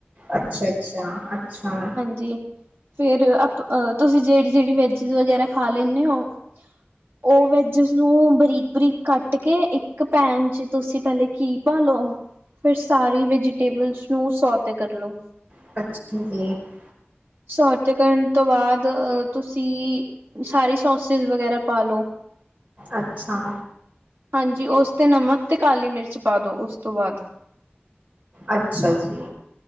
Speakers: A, on the right; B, on the right.
A: ਅੱਛਾ-ਅੱਛਾ-ਅੱਛਾ।
B: ਜੀ ਫਰ ਤੁਸੀਂ ਜਿਹੜੀ-ਜਿਹੜੀ ਵੈਜ ਵਗੈਰਾ ਖਾ ਲੈਂਨੇ ਓ? ਓ ਵੈਜ ਨੂੰ ਬਰੀਕ-ਬਰੀਕ ਕੱਟ ਕੇ ਇੱਕ ਪੈਨ ਚ ਤੁਸੀਂ ਪਹਿਲੇ ਘੀ ਪਾਲੋ। ਫਿਰ ਸਾਰੀ ਵੈਜੀਟੇਬਲਸ ਨੂੰ ਸੌ ਤੇ ਕਰਲੋ।
A: <unintelligible>
B: ਸੋਤੇ ਕਰਨ ਤੋ ਬਾਦ ਅ ਤੁਸੀ ਸਾਰੀ ਸੋਸਿਸ ਵਗੈਰਾ ਪਾ ਲਓ।
A: ਅੱਛਾ।
B: ਹਾਂਜੀ ਉਸ ਤੇ ਨਮਕ ਤੇ ਕਾਲੀ ਮਿਰਚ ਪਾ ਦੋ ਉਸ ਤੋਂ ਬਾਅਦ।
A: ਅੱਛਾ ਜੀ।